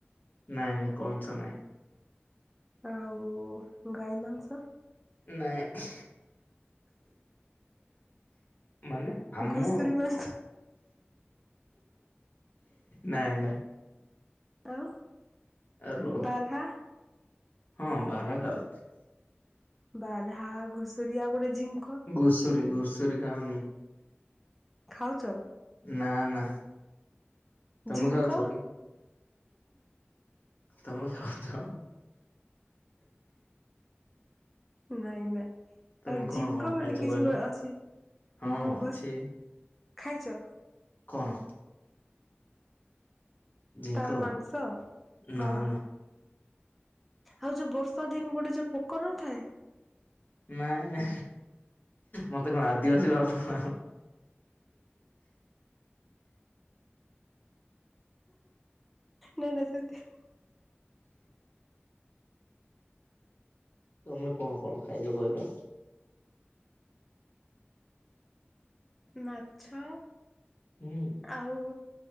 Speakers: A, on the left; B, in the centre.
A: ନାଇଁ ନାଇଁ କଇଁଛ ନାଇଁ।
B: ଆଉ ଗାଈ ମାଂସ?
A: ନାଇଁ। ମାନେ? ଆମ
B: ଘୁଷୁରୀ ମାଂସ
A: ନାଇଁ ନାଇଁ
B: ଆଉ?
A: ଆ ରୁହ
B: ବାର୍ହା
A: ହଁ ବାରା ଖାଉଛି।
B: ବାର୍ହା ଘୁଷୁରୀ ଆଉ ଗୋଟେ ଝିଙ୍କ
A: ଘୁଷୁରୀ ଘୁଷୁରୀ ଖାଉନି।
B: ଖାଉଛ?
A: ନା ନା। ତମେ
B: ଝିଙ୍କ?
A: ଖାଉଛ କି? ତମେ ଖାଉଛ।
B: ନାଇଁ ନାଇଁ।
A: ତମେ
B: ଆଉ
A: କଣ
B: ଝିଙ୍କ
A: କଣ
B: ବୋଲି
A: ଖାଇଛ
B: କିଛି
A: କହିଲ?
B: ଅଛି
A: ହଁ
B: ମୁଁ
A: ଅଛି
B: ବସ୍‌ ଖାଇଚ?
A: କଣ? ଜିଙ୍କ
B: ତାର ମାଂସ
A: ନା
B: ହଁ।
A: ନା
B: ଆଉ ଯୋଉ ବର୍ଷା ଦିନ ଗୋଟେ ଯୋଉ ପୋକ ନଥାଏ?
A: ନାଇଁ ମତେ କଣ ଆଦିବାସୀ ଭାବ
B: ନାଇଁ ନାଇଁ ସେତି
A: ତମେ କଣ କଣ ଖାଇଚ କହିଲ?
B: ମାଛ।
A: ହୁଁ।
B: ଆଉ